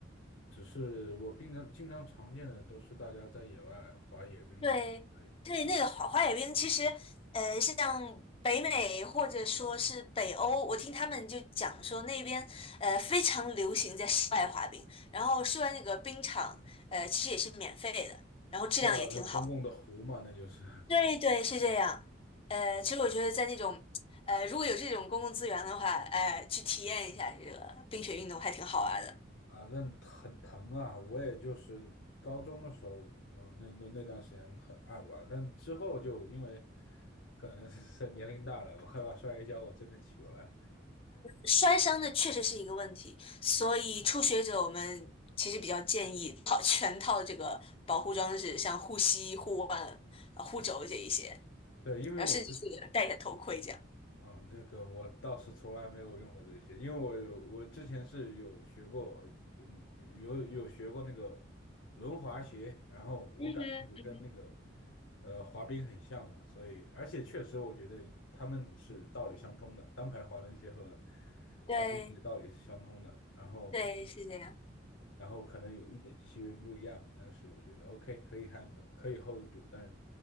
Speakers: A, on the left (about 85°); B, on the left (about 30°).
A: 只是我平常经常常见的都是大家在野外滑野冰嘛，
B: 对对，
A: 对，
B: 那个滑滑雪冰其实，呃，像北美或者说是北欧，我听他们就讲说那边呃非常流行在室外滑冰，然后室外那个冰场呃其实也是免费的，然后质量也挺好。
A: 对啊，这公共的湖嘛，那就是
B: 对对，是这样。呃，其实我觉得在那种呃如果有这种公共资源的话，呃，去体验一下这个冰雪运动还挺好玩的。
A: 啊，那很疼啊，我也就是高中的时候，呃，那那那段时间很爱玩，但之后就因为可能是年龄大了，我害怕摔一跤，我真的起不来。
B: 摔伤的确实是一个问题，所以初学者我们其实比较建议套 <laughs> 全套这个保护装置，像护膝、护腕、呃护肘这一些，
A: 对，因为我之前
B: 然后甚至是戴一下头盔这样。
A: 嗯，那个我倒是从来没有用过这些，因为我有我之前是有学过，嗯，有有学过那个轮滑鞋，然后我感觉那个跟那个
B: 嗯哼，嗯哼，
A: 呃滑冰很像嘛，所以而且确实我觉得他们是道理相通的，单排滑轮鞋和
B: 对
A: 滑冰鞋道理是相通的，然后
B: 对，是这样。
A: 然后可能有一点细微不一样，但是我觉得 OK 可以 handle 可以 hold 住，但